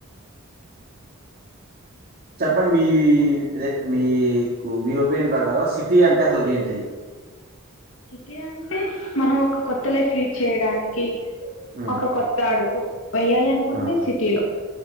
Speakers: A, on the right; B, on the left.
A: చెప్పండి మీదే మీకు మీ ఒపీనియన్ ప్రకారం సిటీ అంటే అసలుకి ఏంటి
B: సిటీ అంటే మనం ఒక కొత్త లైఫ్ లీడ్ చేయడానికి
A: హ్మ్.
B: ఒక కొత్త అడుగు వేయాలి అనుకుంటే
A: ఆ!
B: సిటీ లో